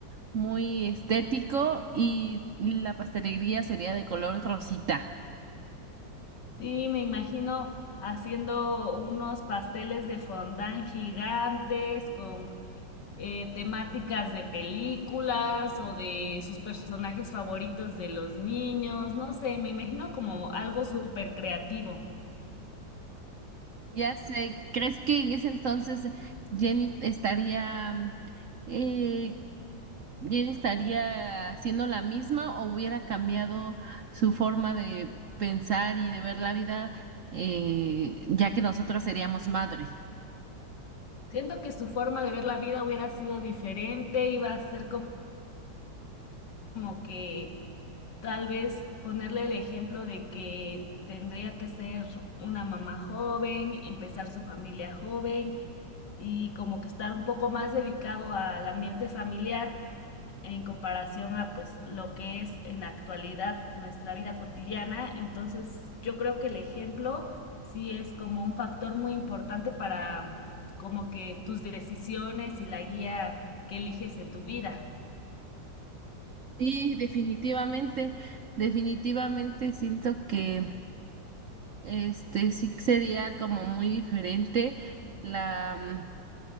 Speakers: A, on the right; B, on the left.
A: muy estético y la pastelería sería de color rosita.
B: Sí, me imagino haciendo unos pasteles de fondant gigantes con eh, temáticas de películas o de sus personajes favoritos de los niños. No sé, me imagino como algo súper creativo.
A: Ya sé, ¿crees que en ese entonces Jenny estaría mm, eh, y él estaría haciendo la misma o hubiera cambiado su forma de pensar y de ver la vida, eh, ya que nosotros seríamos madre.
B: Siento que su forma de ver la vida hubiera sido diferente, iba a ser como, como que tal vez ponerle el ejemplo de que tendría que ser una mamá joven, empezar su familia joven y como que estar un poco más dedicado al ambiente familiar en comparación a pues lo que es en la actualidad nuestra vida cotidiana. Entonces, yo creo que el ejemplo sí es como un factor muy importante para como que tus decisiones y la guía que eliges en tu vida.
A: Sí, definitivamente, definitivamente siento que este sí sería como muy diferente la, mm,